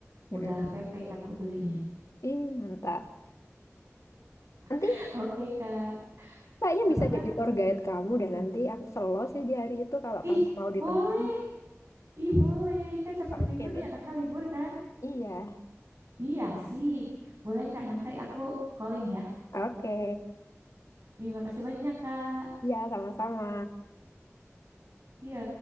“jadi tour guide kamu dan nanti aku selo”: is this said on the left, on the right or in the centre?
Left